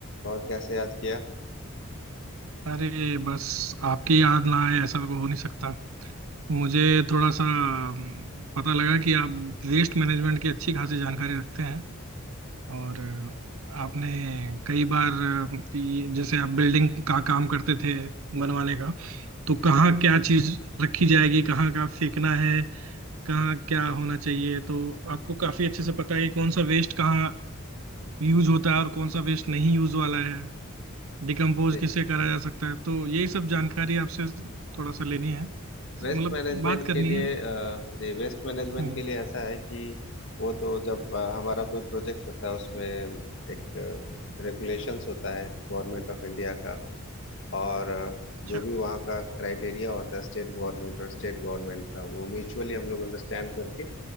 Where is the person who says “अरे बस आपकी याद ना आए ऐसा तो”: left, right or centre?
Right